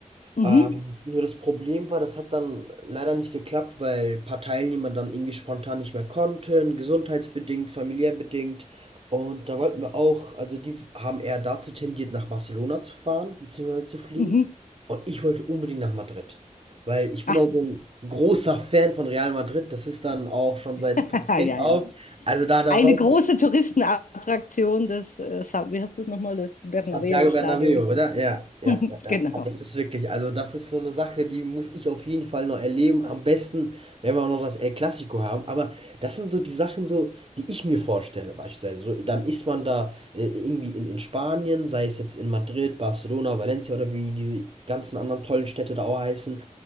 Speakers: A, on the left (about 80°); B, on the right (about 45°).
A: Mhm,
B: ähm, nur das Problem war, das hat dann leider nicht geklappt, weil ein paar Teilnehmer dann irgendwie spontan nicht mehr konnten, gesundheitsbedingt, familiär bedingt. Und da wollten wir auch, also die haben eher dazu tendiert, nach Barcelona zu fahren, beziehungsweise zu fliegen.
A: mhm.
B: Und ich wollte unbedingt nach Madrid. Weil ich bin
A: Ach,
B: auch so ein großer Fan von Real Madrid. Das ist dann auch schon seit
A: <laughs> ja,
B: Kind auf.
A: ja.
B: Also da, da
A: Eine
B: wollte
A: große
B: ich
A: Touristenattraktion des, äh, Sa- wie heißt das nochmal, das
B: S-
A: Bernabeu-Stadion.
B: Santiago Bernabéu,
A: <laughs>
B: oder? Ja, ja, ja, ja.
A: Genau.
B: Ah, Das ist wirklich, also das ist so eine Sache, die muss ich auf jeden Fall noch erleben. Am besten, wenn wir auch noch das El Clasico haben. Aber das sind so die Sachen, so, die ich mir vorstelle, beispielsweise. So, dann ist man da äh, irgendwie in, in Spanien, sei es jetzt in Madrid, Barcelona, Valencia oder wie diese ganzen anderen tollen Städte da auch heißen.